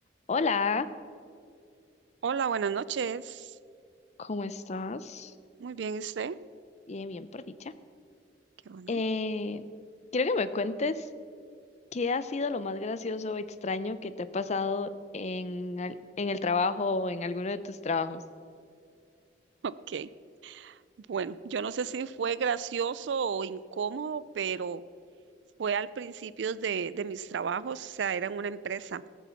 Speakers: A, on the left (about 40°); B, on the right (about 80°).
A: Hola,
B: Hola, buenas noches.
A: ¿cómo estás?
B: Muy bien, ¿y usted?
A: Bien, bien, por dicha.
B: Qué bueno.
A: Eh, quiero que me cuentes qué ha sido lo más gracioso o extraño que te ha pasado en, al- en el trabajo o en alguno de tus trabajos.
B: <laughs> Ok. Bueno, yo no sé si fue gracioso o incómodo, pero fue al principio de, de mis trabajos, o sea, era en una empresa.